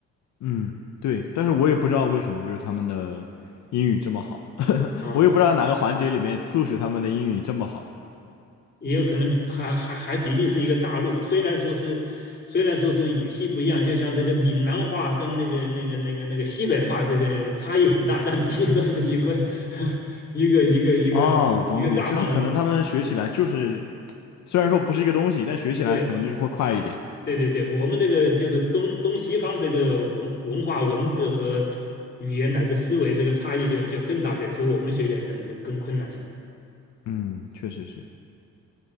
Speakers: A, on the left; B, on the left.
A: 嗯，对，但是我也不知道为什么就是他们的英语这么好，<laughs>
B: 啊，
A: 我也不知道哪个环节里面促使他们的英语这么好。
B: 啊，也有可能还还还毕竟是一个大陆，虽然说是虽然说是语系不一样，就像这个闽南话跟那个那个那个那个西北话这个差异很大，但毕竟都是一个 <laughs> 一个一个一个一个大范围的，
A: 哦，我懂你的，就是可能他们学起来就是虽然说不是一个东西，但学起来可能就是会快一点。
B: 对。对对对，我们这个就是东东西方这个文文化、文字和语言乃至思维这个差异就就更大些，所以我们学起来可能就更困难一点
A: 嗯，确实是。